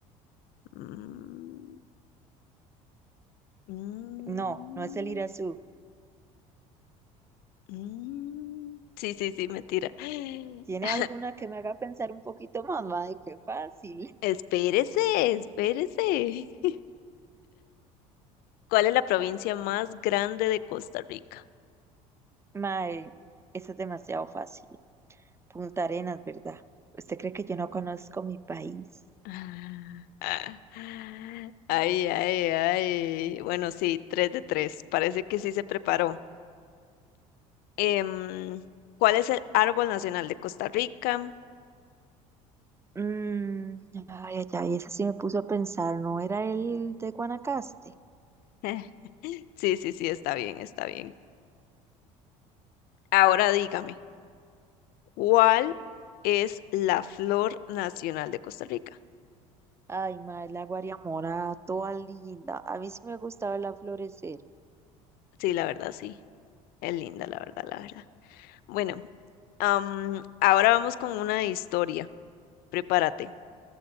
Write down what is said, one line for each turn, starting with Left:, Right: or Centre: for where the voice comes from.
Left: Mm, mm,
Right: No, no es el ir azul
Left: mm. Sí, sí, sí, mentira. <gasps>
Right: ¿Tiene alguna que me haga pensar un poquito más? Mae, qué fácil.
Left: Espérese, espérese. <laughs> ¿Cuál es la provincia más grande de Costa Rica?
Right: <laughs> Mae, eso es demasiado fácil. Punta Arenas, ¿verdad? ¿Usted cree que yo no conozco mi país?
Left: <laughs> Ah, ah, Ay, ay, ay. Bueno, sí, tres de tres. Parece que sí se preparó. Em, ¿cuál es el árbol nacional de Costa Rica?
Right: Mm, ay, ay, ay, esa sí me puso a pensar, ¿no era el de Guanacaste?
Left: <laughs> Sí, sí, sí, está bien, está bien. Ahora dígame, ¿cuál es la flor nacional de Costa Rica?
Right: Ay, madre, la Guariamora, toda linda. A mí sí me gustaba verla florecer.
Left: Sí, la verdad, sí. Es linda, la verdad, la verdad. Bueno, am, ahora vamos con una de historia. Prepárate.